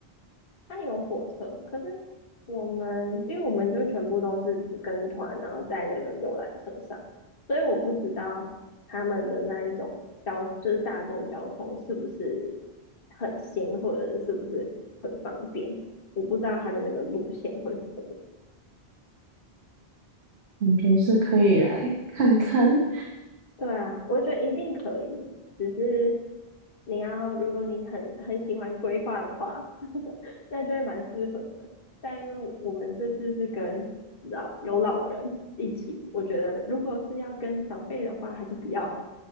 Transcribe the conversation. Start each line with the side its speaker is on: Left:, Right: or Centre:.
Left: 它有火车，可是我们因为我们就全部都是跟团，然后在那个游览车上，所以我不知道他们的那一种交就是大众交通是不是很新，或者是不是很方便，我不知道他的那个路线会是怎么
Right: 感觉是可以来看看。
Left: 对啊，我觉得一定可以，只是你要，如果你很很喜欢规划的话，<laughs> 那就会蛮适合的。但因为我我们这次是跟老有老人一起，我觉得如果是要跟长辈的话，还是不要。